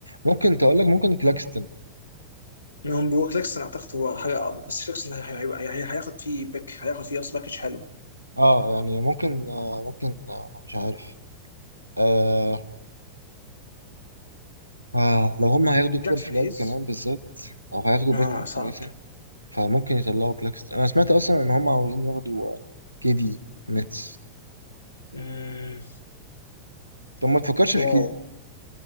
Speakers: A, on the right; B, on the left.
A: ممكن تقول لك ممكن كلاكستن
B: هم هو كليكسون اعتقد هو حاجه اقوى بس كليكسون هي- هي- هي- هي- هياخد فيه باك هياخد فيه قصدي باكج حلو
A: اه يعني ممكن آه ممكن آه مش عارف آه آه لو هم هياخدوا كوبر
B: جاكسون
A: فلاج
B: هيز
A: كمان بالذات او هياخدوا
B: اه
A: بيك
B: صعب
A: كويسه فممكن يطلعوا كلاكستن انا سمعت اصلا ان هم عاوزين ياخدوا آه، كي دي نتس
B: امم
A: طب ما تفكرش في
B: واو
A: كده